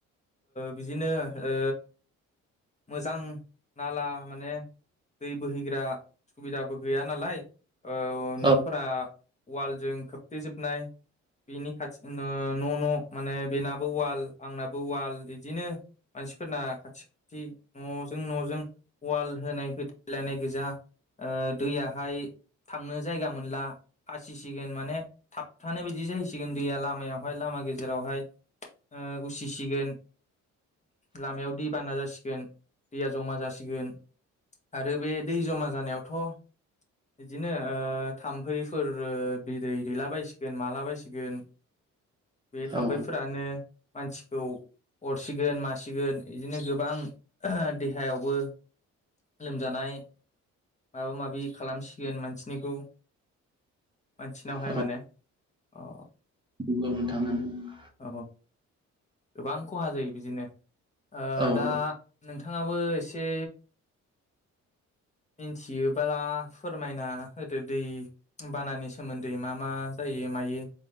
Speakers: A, on the left; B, on the right.
A: बिदिनो ओ मोजां नाला माने दै बोहैग्रा सुबिदाबो गैया नालाय। ओ न'फोरा
B: औ
A: वालजों खोबथे जोबनाय बिनि खाथि न' न' माने बेनाबो वाल आंनाबो वाल बिदिनो मानसिफोरना खाथि खाथि न' जों न' जों वाल होनाय होथलायनाय गोजा ओ दैयाहाय थांनो जायगा मोनला फासिसिगोन माने थाबथानो बायदि जाहैसिगोन दैया लामायावहाय लामा गेजेरावहाय ओ उसिसिगोन। लामायाव दै बाना जासिगोन दैया जमा जासिगोन आरो बे दै जमा जानायावथ' बिदिनो ओ थाम्फै फोर ओ बिदै दैला बायसिगोन माला बायसिगोन बे थाम्फैफोरानो
B: औ
A: मानसिखौ अरसिगोन मासिगोन इदिनो गोबां देहायावबो लोमजानाय माबा माबि खालामसिगोन मानसिनिखौ मानसिनावहाय
B: औ
A: माने अ।
B: <unintelligible>
A: <unintelligible> गोबां खहा जायो बिदिनो। ओ
B: ओं
A: दा नोंथाङाबो एसे मिन्थियोब्ला फोरमायना होदो दै बानानि सोमोन्दै मा मा जायो मायो